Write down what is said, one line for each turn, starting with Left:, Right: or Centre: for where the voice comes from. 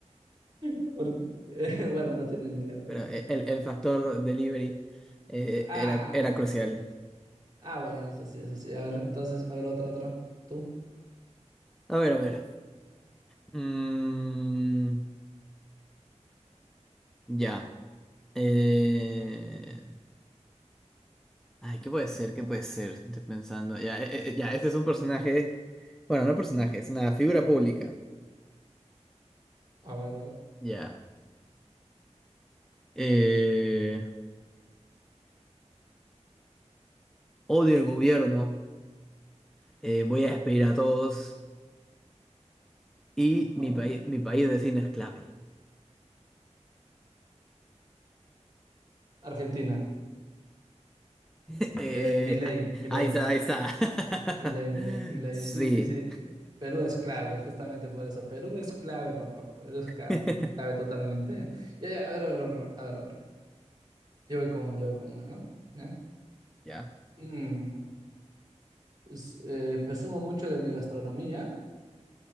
Right: Por- <laughs> bueno, no tiene ni idea, pero.
Centre: pero e, el, el factor delivery eh,
Right: Ah.
Centre: era, era crucial.
Right: Ah, bueno, eso sí, eso sí. A ver, entonces, a ver, otra, otra. Tú.
Centre: A ver, a ver. Mm, ya. Eh, Ay, ¿qué puede ser? ¿Qué puede ser? Estoy pensando. Ya, eh, eh, ya, este es un personaje. Bueno, no personaje, es una figura pública.
Right: A ver, a ver.
Centre: Ya. Eh, Odio el gobierno. Eh, voy a despedir a todos. Y
Right: Ajá.
Centre: mi país, mi país vecino es clave. <laughs>
Right: Argentina.
Centre: Eh,
Right: Eh, Milei,
Centre: ah,
Right: Milei.
Centre: ahí está, ahí está.
Right: Milei, Milei,
Centre: <laughs>
Right: Milei.
Centre: Sí.
Right: Sí, sí, sí. Perú es clave, justamente por eso. Perú es clave, papá. Perú es ca-
Centre: <laughs>
Right: clave, totalmente. Ya, ya, a ver, a ver, a ver, a ver, a ver. Yo voy con una, yo voy con una, ¿no? ¿Ya?
Centre: Ya.
Right: Mm, es- eh, presumo mucho de mi gastronomía,